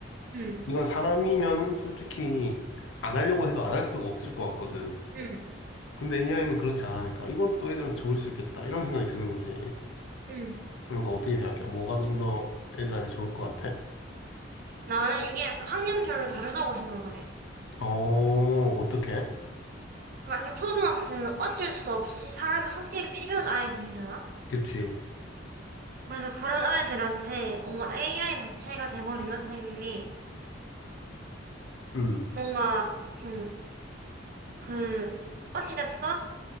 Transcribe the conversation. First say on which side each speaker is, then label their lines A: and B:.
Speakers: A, on the right (about 45°); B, on the left (about 75°).
A: 응,
B: 이건 사람이면 솔직히 안 하려고 해도 안 할 수가 없을 것 같거든.
A: 응,
B: 근데 AI는 그렇지 않으니까 이건 또 애들한테 좋을 수 있겠다. 이런 생각이 드는 거지.
A: 응.
B: 그러니까 어떻게 생각해? 뭐가 좀 더 애들한테 좋을 것 같아?
A: 나는 이게 약간 학년별로 다르다고 생각을 해.
B: 어, 어떻게?
A: 그러니까 이게 초등학생은 어쩔 수 없이 사람의 성격이 필요한 아이들이잖아?
B: 그치.
A: 그래서 그런 아이들한테 뭔가 AI로 대체가 돼버리면 선생님이
B: 음,
A: 뭔가 좀 그, 어찌됐든